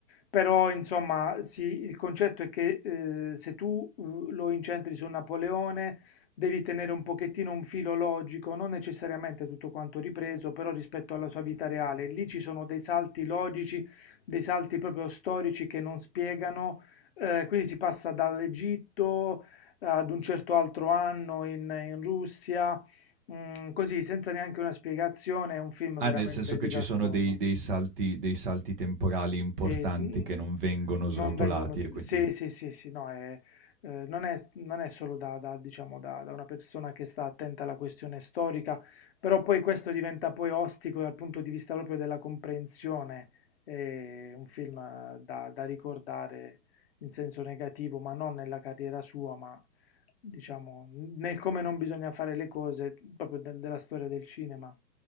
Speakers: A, on the left; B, on the right.
A: però insomma sì, il concetto è che eh, se tu eh, lo incentri su Napoleone devi tenere un pochettino un filo logico, non necessariamente tutto quanto ripreso, però rispetto alla sua vita reale. Lì ci sono dei salti logici, dei salti proprio storici che non spiegano, eh, quindi si passa dall'Egitto ad un certo altro anno in, in Russia, mm, così senza neanche una spiegazione, è un film veramente
B: Ah, nel senso
A: disastroso.
B: che ci sono dei dei salti dei salti temporali importanti
A: Sì, mm,
B: che non vengono
A: non
B: srotolati
A: vengono motivati.
B: e quindi
A: Sì, sì, sì, sì, no, è- eh, non è, non è solo da, da, diciamo, da, da una persona che sta attenta alla questione storica, però poi questo diventa poi ostico dal punto di vista proprio della comprensione. È un film eh, da, da ricordare in senso negativo, ma non nella carriera sua, ma diciamo nel come non bisogna fare le cose, proprio del- della storia del cinema.